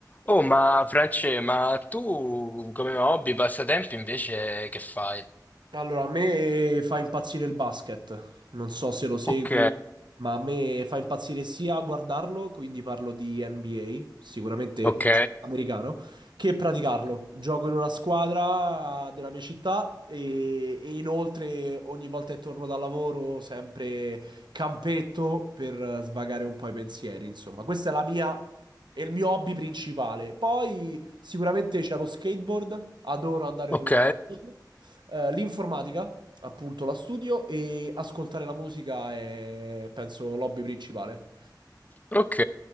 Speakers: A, on the left; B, on the right.
A: Oh, ma France, ma tu come hobby, passatempi invece che fai?
B: Allora, a me fa impazzire il basket, non so se lo segui,
A: Ok,
B: ma a me fa impazzire sia guardarlo, quindi parlo di NBA, sicuramente
A: ok,
B: americano, che praticarlo. Gioco in una squadra della mia città e, e inoltre ogni volta che torno dal lavoro sempre campetto per eh, svagare un po' i pensieri, insomma. Questa è la mia... È il mio hobby principale. Poi sicuramente c'è lo skateboard, adoro andare
A: ok,
B: sullo skateboard. Eh, l'informatica, appunto, la studio e ascoltare la musica è, penso, l'hobby principale.
A: ok,